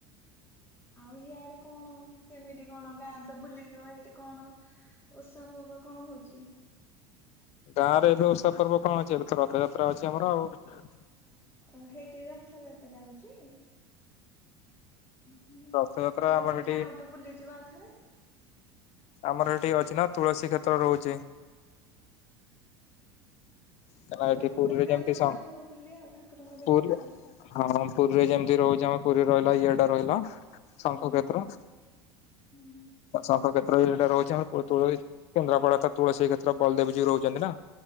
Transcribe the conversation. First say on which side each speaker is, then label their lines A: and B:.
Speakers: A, on the left; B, on the left.
A: ଆଉ ହିଆଡେ କଣ? କେମିତି କଣ ଯାଆନ ତ ବୁଲିଯିବ ହେଇଠି କଣ ଓଷା ପର୍ବ କଣ ହଉଛି?
B: ଗାଁ ରେ ଏବେ ଉଷା ପର୍ବ କଣ ଅଛି ଏବେ ତ ରଥଯାତ୍ରା ଅଛି ଆମର ଆଉ।
A: ଅ ହେଇଠି ରଥଯାତ୍ରା ହଉଛି। ହୁଁ ହୁଁ
B: ରଥଯାତ୍ରା
A: ତାହଲେ
B: ଆମର ଏଠି
A: ଗାଁ କୁ ତ ବୁଲିଯିବ ଆଉଥରେ?
B: ଆମର ଏଠି ଅଛି ନା ତୁଳସୀ କ୍ଷେତ୍ର ରହୁଛି। କାରଣ ଏଠି
A: ସବୁଦିନ
B: ପୁରୀରେ
A: ଗାଁ
B: ଯେମିତି
A: କୁ
B: ସ
A: ଯାଉଥିବ ବୁଲି ଆଉ ଠାକୁରଙ୍କ ଦେଖି
B: ପୁରୀ
A: ଆଉ।
B: ହଁ ପୁରୀରେ ଯେମିତି ରହୁଛି ଆମ ପୁରୀ ରେ ରହିଲା ଇଆଡେ ରହିଲା। ଶଙ୍ଖ
A: ହୁଁ
B: କ୍ଷେତ୍ର।
A: ହୁଁ
B: ଶଙ୍ଖ କ୍ଷେତ୍ରରେ ସେଇଟା ରହୁଛି ଆମର ପୁରୀ ତୁଳସୀ କେନ୍ଦ୍ରାପଡା ତ ତୁଳସୀ କ୍ଷେତ୍ର ବଳଦେବଜୀଉ ରହୁଛନ୍ତି ନା।